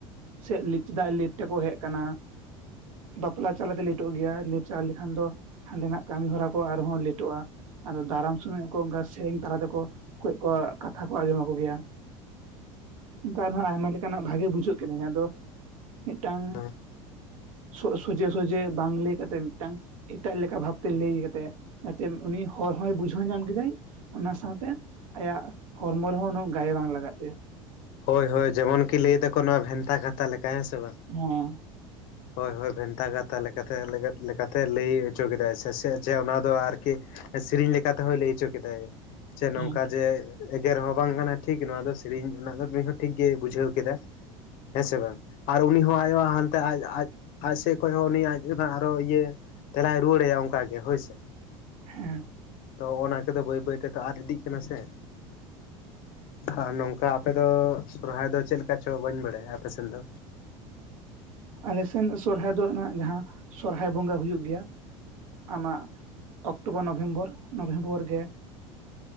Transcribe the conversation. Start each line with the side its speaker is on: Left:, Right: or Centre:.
Right: ᱥᱮ ᱞᱮᱡ ᱪᱮᱫᱟᱜ ᱞᱮᱴ ᱛᱮᱠᱚ ᱦᱮᱜᱽ ᱟᱠᱟᱱᱟ? ᱵᱟᱯᱞᱟ ᱪᱟᱞᱟᱛᱮ ᱞᱮᱴᱚᱜ ᱜᱮᱭᱟ ᱞᱮᱴ ᱪᱟ ᱞᱮᱠᱷᱟᱱ ᱫᱚ, ᱦᱟᱸᱰᱮᱱᱟᱜ ᱠᱟᱹᱢᱤ ᱦᱚᱨᱟ ᱠᱚ ᱟᱨᱦᱚᱸ ᱞᱮᱴᱚᱜᱼᱟ᱾ ᱟᱫᱚ ᱫᱟᱨᱟᱢ ᱥᱩᱚᱢᱚᱭ ᱦᱚᱸᱠᱚ ᱚᱝᱠᱟ ᱥᱮᱨᱮᱧ ᱛᱟᱞᱟ ᱛᱮᱠᱚ ᱠᱚᱡᱽ ᱠᱚ ᱠᱟᱛᱷᱟ ᱠᱚ ᱟᱸᱡᱚᱢ ᱟᱠᱚ ᱜᱮᱭᱟ, ᱚᱝᱠᱟ ᱟᱨᱦᱚᱸ ᱟᱭᱢᱟ ᱞᱮᱠᱟᱱᱟᱜ ᱵᱷᱟᱜᱤ ᱵᱩᱡᱷᱟᱹᱜ ᱠᱟᱱᱟ ᱟᱫᱚ ᱢᱤᱫᱴᱟᱝ
Left: ᱦᱮᱸ
Right: ᱥᱚ ᱥᱚᱡᱷᱮ ᱥᱚᱡᱷᱮ ᱵᱟᱝ ᱞᱟᱹᱭ ᱠᱟᱛᱮᱱ ᱢᱤᱫᱴᱟᱝ ᱮᱴᱟᱜ ᱞᱮᱠᱟ ᱵᱷᱟᱵᱛᱮ ᱞᱟᱹᱭ ᱠᱟᱛᱮᱜ, ᱡᱟᱛᱮᱱ ᱩᱱᱤ ᱦᱚᱲ ᱦᱚᱸᱭ ᱵᱩᱡᱷᱟᱹᱣ ᱧᱟᱢ ᱠᱮᱫᱟᱭ ᱚᱱᱟ ᱥᱟᱶᱛᱮ ᱟᱭᱟᱜ ᱦᱚᱨᱢᱚ ᱨᱮᱦᱚᱸ ᱩᱱᱟᱹᱜ ᱜᱟᱭ ᱵᱟᱝ ᱞᱟᱜᱟᱜ ᱛᱟᱭᱟ᱾
Left: ᱦᱳᱭ ᱦᱳᱭ ᱡᱮᱢᱚᱱ ᱠᱤ ᱞᱟᱹᱭᱫᱟ ᱠᱚ, ᱱᱚᱣᱟ ᱵᱷᱮᱱᱛᱟ ᱠᱟᱛᱟ ᱞᱮᱠᱟ ᱦᱮᱸ ᱥᱮ ᱵᱟᱝ?
Right: ᱦᱮᱸ
Left: ᱦᱳᱭ ᱦᱳᱭ ᱵᱷᱮᱱᱛᱟ ᱠᱟᱛᱷᱟ ᱞᱮᱠ ᱞᱮᱠᱟᱛᱮ ᱞᱮ ᱞᱮᱠᱟᱛᱮ ᱞᱟᱹᱭ ᱦᱚᱪᱚ ᱠᱮᱫᱟᱭ ᱥᱮ ᱡᱮ ᱚᱱᱟ ᱫᱚ ᱟᱨᱠᱤ ᱥᱤᱨᱤᱧ ᱞᱮᱠᱟᱛᱮ ᱦᱚᱸᱭ ᱞᱟᱹᱭ ᱦᱚᱪᱚ ᱠᱮᱫᱟᱭ᱾ ᱪᱮ ᱱᱚᱝᱠᱟ
Right: ᱦᱮᱸ
Left: ᱡᱮ ᱮᱜᱮᱨ ᱦᱚᱸ ᱵᱟᱝ ᱠᱟᱱᱟ ᱴᱷᱤᱠ ᱱᱚᱣᱟ ᱫᱚ ᱥᱤᱨᱤᱧ ᱨᱮᱱᱟᱜ ᱫᱚ ᱩᱱᱤ ᱦᱚᱸ ᱴᱷᱤᱠ ᱜᱮᱭ ᱵᱩᱡᱷᱟᱹᱣ ᱠᱮᱫᱟ, ᱦᱮᱸ ᱥᱮ ᱵᱟᱝ? ᱟᱨ ᱩᱱᱤ ᱦᱚᱸ ᱟᱭᱳ ᱦᱟᱱᱛᱮ ᱟᱡᱽ ᱟᱡᱽ ᱟᱡᱽ ᱥᱮᱡᱽ ᱠᱷᱚᱡ ᱦᱚᱸ ᱩᱱᱤ ᱟᱡᱽ ᱚᱱᱟ ᱟᱨᱚ ᱤᱭᱟᱹ ᱛᱮᱞᱟᱭ ᱨᱩᱣᱟᱹᱲᱟᱭᱟ ᱚᱝᱠᱟᱜᱮ ᱦᱳᱭ ᱥᱮ
Right: ᱦᱮᱸ
Left: ᱛᱚ ᱚᱱᱟ ᱠᱚᱫᱚ ᱵᱟᱹᱭ ᱵᱟᱹᱭ ᱛᱮᱫᱚ ᱟᱫ ᱤᱫᱤᱜ ᱠᱟᱱᱟ, ᱥᱮ ᱟᱨ ᱱᱚᱝᱠᱟ ᱟᱯᱮ ᱫᱚ ᱥᱚᱨᱦᱟᱭ ᱫᱚ ᱪᱮᱫ ᱞᱮᱠᱟ ᱪᱚ ᱵᱟᱹᱧ ᱵᱟᱲᱟᱭᱟ ᱟᱯᱮ ᱥᱮᱱ ᱫᱚ?
Right: ᱟᱞᱮ ᱥᱮᱱ ᱥᱚᱨᱦᱟᱭ ᱫᱚ ᱚᱱᱟ ᱡᱟᱦᱟᱸ ᱥᱚᱨᱦᱟᱭ ᱵᱚᱸᱜᱟ ᱦᱩᱭᱩᱜ ᱜᱮᱭᱟ᱾ ᱟᱢᱟᱜ ᱚᱠᱴᱳᱵᱚᱨ, ᱱᱚᱵᱷᱮᱢᱵᱚᱨ, ᱱᱚᱵᱷᱮᱢᱵᱚᱨ ᱜᱮ᱾